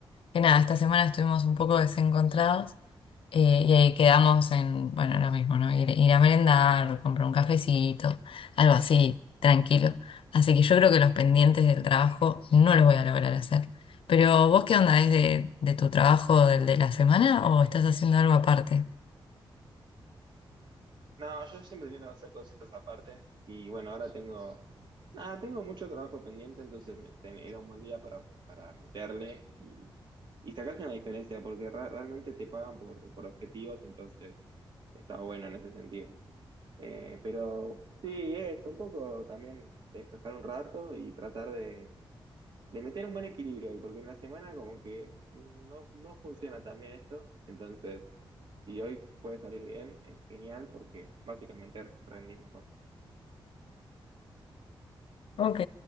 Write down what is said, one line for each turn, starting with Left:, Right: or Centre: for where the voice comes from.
Left: que nada, esta semana estuvimos un poco desencontrados. Eh, y ahí quedamos en, bueno, lo mismo, ¿no? Ir, ir a merendar, comprar un cafecito, algo así, tranquilo. Así que yo creo que los pendientes del trabajo no los voy a lograr hacer. Pero vos, ¿qué onda? ¿Es de, de tu trabajo, del de la semana, o estás haciendo algo aparte?
Right: No, yo siempre intento hacer cositas aparte y bueno, ahora tengo, nada, tengo mucho trabajo pendiente, entonces me- ten- era un buen día para, para meterle y, y sacarse una diferencia porque ra- realmente te pagan por, por objetivos, entonces está bueno en ese sentido. Eh, pero sí, es un poco también despejar un rato y tratar de de meter un buen equilibrio, porque en la semana como que no, no funciona tan bien esto, entonces si hoy puede salir bien, es genial porque básicamente rendís mejor.
Left: Ok,